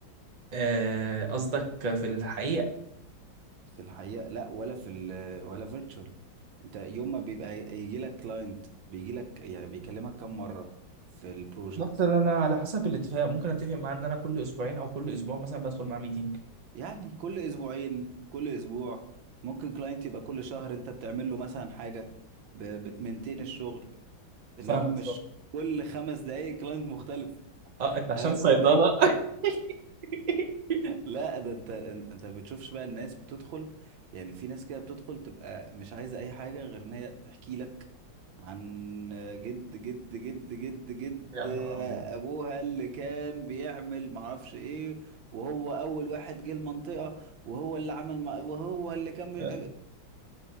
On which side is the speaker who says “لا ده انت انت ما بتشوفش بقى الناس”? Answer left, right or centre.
Right